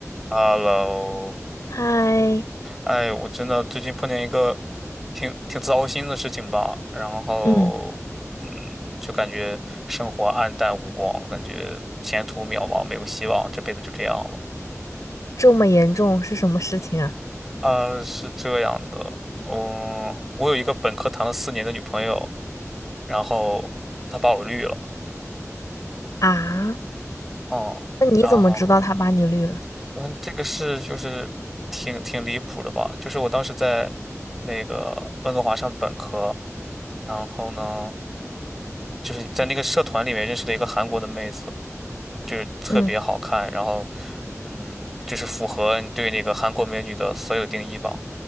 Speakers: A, in the centre; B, on the left (about 85°).
A: Hello，
B: 嗨，
A: 哎，我真的最近碰见一个挺挺糟心的事情吧，然后，
B: 嗯，
A: 嗯，就感觉生活黯淡无光，感觉前途渺茫，没有希望，这辈子就这样了。
B: 这么严重是什么事情啊？
A: 啊，是这样的，嗯，我有一个本科谈了四年的女朋友，然后她把我绿了，
B: 啊，
A: 嗯，
B: 那你怎么知道他把你绿了？
A: 然后，嗯，这个事就是挺挺离谱的吧，就是我当时在那个温哥华上本科，然后呢。就是在那个社团里面认识了一个韩国的妹子，就是特别好看，
B: 嗯
A: 然后嗯，就是符合你对那个韩国美女的所有定义吧。